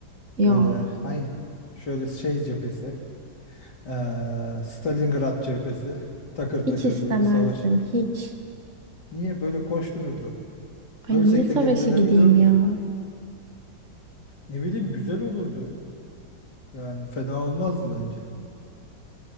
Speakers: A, on the right; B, on the left.
A: Ya
B: Böyle ay şöyle şey cephesi. Ee, Stalingrad cephesi. Takır takır
A: hiç istemezdim
B: böyle savaş.
A: hiç.
B: Niye böyle koştururduk?
A: Ay
B: Ölsek
A: niye savaşa
B: de geri dönebiliyoruz
A: gideyim ya?
B: ya. Ne bileyim güzel olurdu. Yani fena olmazdı bence.